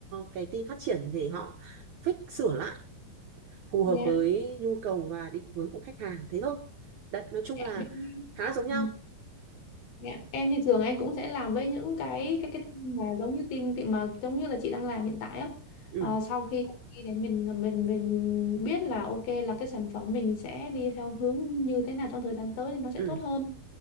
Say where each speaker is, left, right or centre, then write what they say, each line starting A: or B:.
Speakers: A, on the right; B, on the left.
A: cái team phát triển để họ fix sửa lại phù
B: Dạ,
A: hợp với nhu cầu và định hướng của khách hàng thế thôi đấy nói chung
B: dạ,
A: là
B: bên em.
A: khá giống nhau
B: Ừ, dạ. Em thì thường em cũng sẽ làm với những cái cái cái team mà giống như team team mà giống như là chị đang làm hiện tại á.
A: ừ
B: Ờ, sau khi khi để mình mình mình biết là ok là cái sản phẩm mình sẽ đi theo hướng như thế nào trong thời gian tới thì nó sẽ
A: ừ
B: tốt hơn.